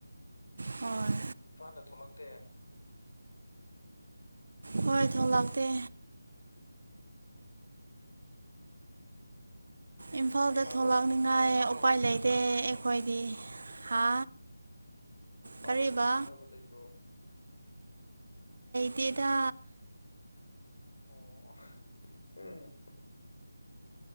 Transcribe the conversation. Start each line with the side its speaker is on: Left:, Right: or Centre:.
Right: ꯍꯣꯏ
Left: ꯏꯝꯐꯥꯜꯗ ꯊꯣꯛꯂꯛꯇꯦ
Right: ꯍꯣꯏ ꯊꯣꯛꯣꯡꯂꯛꯇꯇꯦ
Left: ꯎꯝ
Right: ꯏꯝꯐꯥꯜꯗ
Left: ꯏꯝꯐꯥꯜ
Right: ꯊꯣꯂꯛꯅꯤꯉꯥꯏ
Left: ꯂꯣꯝꯗꯗꯤ ꯈꯪꯅꯕ ꯂꯩꯕ꯭ꯔꯣ
Right: ꯎꯄꯥꯏ ꯂꯩꯇꯦ ꯑꯩꯈꯣꯏꯗꯤ ꯍꯥ
Left: ꯏꯝꯐꯥꯜ
Right: ꯀꯔꯤꯕ
Left: ꯂꯣꯝꯗ ꯈꯪꯅꯕ ꯂꯩꯕ꯭ꯔꯣ
Right: ꯑꯗꯨꯦꯗ
Left: ꯑꯣ ꯎꯝ